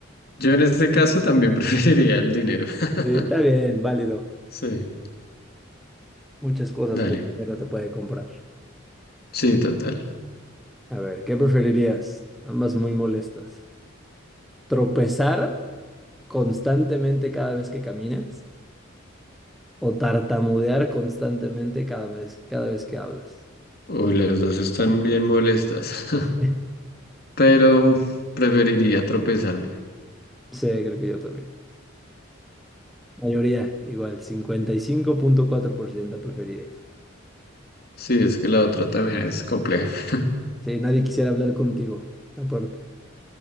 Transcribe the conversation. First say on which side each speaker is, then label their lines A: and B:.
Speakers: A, on the left; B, in the centre.
A: Yo en este caso también <laughs> preferiría el dinero. <laughs>
B: Eh, está bien, válido.
A: Sí,
B: Muchas cosas
A: dale.
B: que el dinero te puede comprar.
A: Sí, total.
B: A ver, ¿qué preferirías? Ambas muy molestas. ¿Tropezar constantemente cada vez que caminas? ¿O tartamudear constantemente cada vez, cada vez que hablas?
A: Uy, las dos están bien molestas,
B: <laughs>
A: <laughs> pero preferiría tropezarme.
B: Sí, creo que yo también. Mayoría, igual, cincuenta y cinco punto cuatro por ciento preferirías.
A: Sí, es que la otra también es compleja. <laughs>
B: Sí, nadie quisiera hablar contigo, aparte.